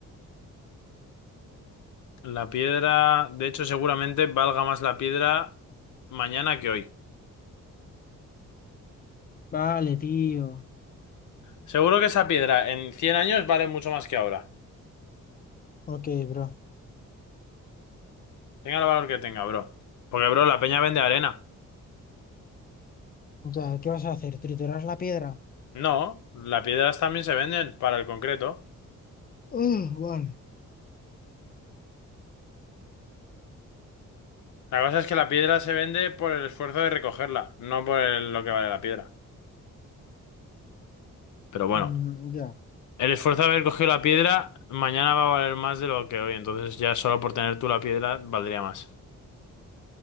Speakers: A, on the left (about 75°); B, on the left (about 30°).
A: La piedra, de hecho, seguramente valga más la piedra mañana que hoy.
B: Vale, tío.
A: Seguro que esa piedra en 100 años vale mucho más que ahora.
B: Ok, bro.
A: Tenga el valor que tenga, bro. Porque, bro, la peña vende arena.
B: Ya, ¿qué vas a hacer? ¿Triturar la piedra?
A: No, las piedras también se venden para el concreto.
B: Ah, vale.
A: La cosa es que la piedra se vende por el esfuerzo de recogerla, no por el- lo que vale la piedra. Pero
B: Mm,
A: bueno,
B: ya,
A: el esfuerzo de haber cogido la piedra mañana va a valer más de lo que hoy, entonces ya solo por tener tú la piedra valdría más.